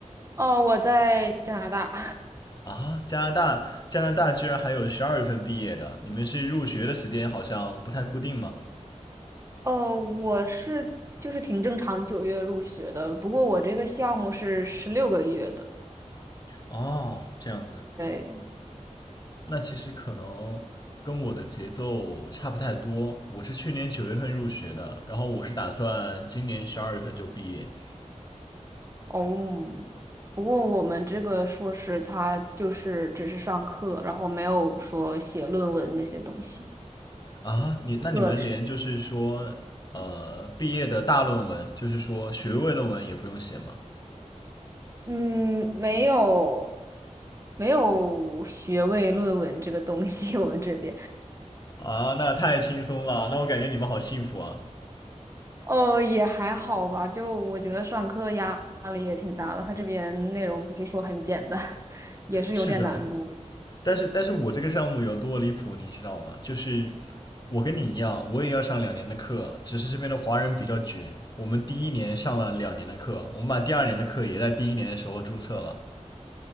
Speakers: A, on the right; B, on the left.
A: 哦，我在加拿大。
B: 啊，加拿大，加拿大居然还有十二月份毕业的，你们是入学的时间好像不太固定吗？
A: <laughs> 哦，我是就是挺正常，九月入学的。不过我这个项目是十六个月的。
B: 哦，这样子，
A: 对，
B: 那其实可能跟我的节奏差不太多。我是去年九月份入学的，然后我是打算今年十二月份就毕业
A: 哦，不过我们这个硕士他就是只是上课，然后没有说写论文那些东西。
B: 啊。你那你们连就是说，
A: 课
B: 呃，毕业的大论文，就是说学位论文也不用写吗？
A: 嗯，没有，没有学位论文这个东西，<laughs> 我们这边
B: 啊，那太轻松了，那我感觉你们好幸福啊。
A: 哦也还好吧，就我觉得上课压力也挺大的，他这边内容不是说很简单，<laughs> 也是有点难度。
B: 是的，但是但是我这个项目有多离谱，你知道吗？就是我跟你一样，我也要上两年的课，只是这边的华人比较卷。我们第一年上了两年的课，我们把第二年的课也在第一年的时候注册了。